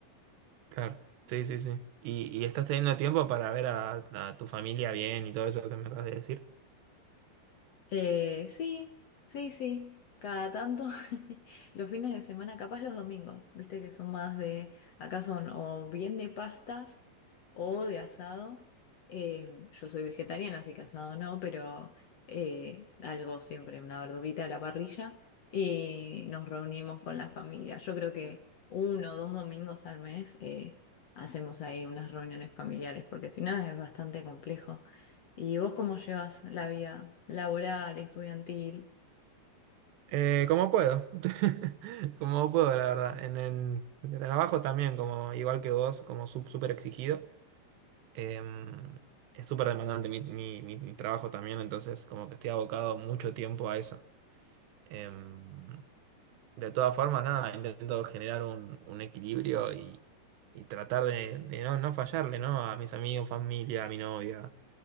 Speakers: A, on the right (about 85°); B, on the left (about 60°).
A: Claro, sí, sí, sí. Y, y estás teniendo tiempo para ver a, a tu familia bien y todo eso que me acabas de decir.
B: Eh, sí, sí, sí. Cada tanto, <laughs> los fines de semana, capaz los domingos, viste que son más de, acá son o bien de pastas o de asado. Eh, yo soy vegetariana, así que asado no, pero eh, algo siempre, una verdurita a la parrilla y nos reunimos con la familia. Yo creo que uno o dos domingos al mes eh, hacemos ahí unas reuniones familiares, porque si no es bastante complejo. ¿Y vos cómo llevas la vida laboral, estudiantil?
A: Eh, como puedo, <laughs> como puedo, la verdad. En el, en el trabajo también, como igual que vos, como sup- súper exigido. Em, es súper demandante mi, mi- mi- mi trabajo también, entonces como que estoy abocado mucho tiempo a eso. Em, de todas formas, nada, intento generar un, un equilibrio y, y tratar de, de no, no fallarle, ¿no? A mis amigos, familia, a mi novia,